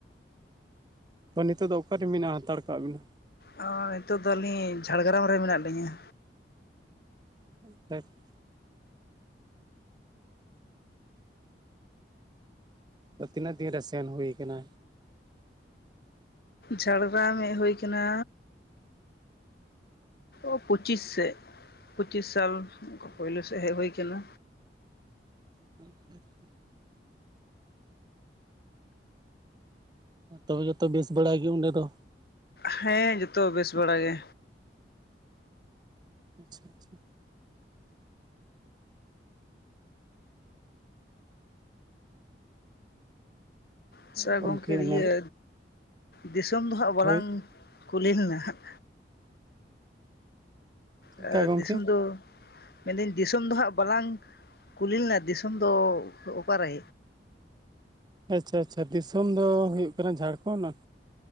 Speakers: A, on the right; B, on the left.
A: ᱛᱚ ᱱᱤᱛᱚᱜ ᱫᱚ ᱚᱠᱟᱨᱮ ᱢᱮᱱᱟᱜᱼᱟ ᱦᱟᱛᱟᱲ ᱠᱟᱜ ᱵᱮᱱᱟ?
B: ᱦᱚᱭ ᱱᱤᱛᱚᱜ ᱫᱚ ᱟᱹᱞᱤᱧ ᱡᱷᱟᱲᱜᱨᱟᱢ ᱨᱮ ᱢᱮᱱᱟᱜ ᱞᱤᱧᱟᱹ᱾
A: <inaudible> ᱛᱚ ᱛᱤᱱᱟᱹᱜ ᱫᱤᱱ ᱨᱮ ᱥᱮᱱ ᱦᱩᱭ ᱠᱟᱱᱟ?
B: ᱡᱷᱟᱲᱜᱨᱟᱢ ᱦᱮᱜ ᱦᱩᱭ ᱠᱟᱱᱟ, ᱚ ᱯᱚᱸᱪᱤᱥ ᱥᱮᱫ ᱯᱩᱪᱤᱥ ᱥᱟᱞ ᱚᱱᱠᱟ ᱯᱳᱭᱞᱩ ᱥᱮᱫ ᱦᱮᱡ ᱦᱩᱭ ᱟᱠᱟᱱᱟ᱾
A: <unintelligible> ᱛᱚᱵᱮ ᱡᱚᱛᱚ ᱵᱮᱥ ᱵᱟᱲᱟ ᱜᱮ ᱚᱸᱰᱮ ᱫᱚ᱾
B: ᱦᱮᱸ ᱡᱚᱛᱚ ᱵᱮᱥ ᱵᱟᱲᱟ ᱜᱮ᱾
A: ᱟᱪᱷᱟ ᱟᱪᱷᱟ᱾
B: ᱟᱪᱷᱟ
A: ᱟᱨ ᱜᱚᱢᱠᱮ
B: ᱜᱚᱝᱠᱮ
A: ᱢᱮᱱ
B: ᱤᱭᱟᱹ ᱫᱤᱥᱚᱢ ᱫᱚ ᱦᱟᱸᱜ ᱵᱟᱞᱟᱝ
A: ᱦᱳᱭ
B: ᱠᱩᱞᱤ ᱞᱮᱱᱟ ᱦᱟᱸᱜ?
A: ᱪᱮᱫᱠᱟ
B: ᱮ
A: ᱜᱚᱢᱠᱮ
B: ᱫᱤᱥᱩᱢ ᱫᱚ ᱢᱮᱱ ᱫᱟᱹᱧ ᱫᱤᱥᱚᱢ ᱫᱚ ᱦᱟᱸᱜ ᱵᱟᱞᱟᱝ ᱠᱩᱞᱤ ᱞᱮᱱᱟ ᱫᱤᱥᱚᱢ ᱫᱚ ᱚᱠᱟᱨᱮ?
A: ᱟᱪᱷᱟ ᱟᱪᱷᱟ ᱫᱤᱥᱚᱢ ᱫᱚ ᱦᱩᱭᱩᱜ ᱠᱟᱱᱟ ᱡᱷᱟᱲᱠᱷᱚᱸᱰ᱾